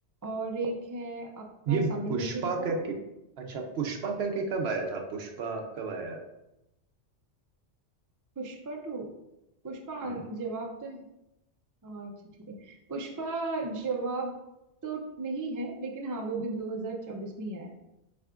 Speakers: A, on the right (about 30°); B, on the right (about 70°).
A: और एक है आपका
B: ये
A: साबरमती
B: पुष्पा
A: रिपोर्ट
B: करके अच्छा पुष्पा करके कब आया था पुष्पा कब आया है?
A: पुष्पा टू पुष्पा
B: हाँ
A: जवाब तो है हाँ, अच्छा ठीक है पुष्पा जवाब तो नहीं है लेकिन हाँ वो भी 2024 में ही आया है।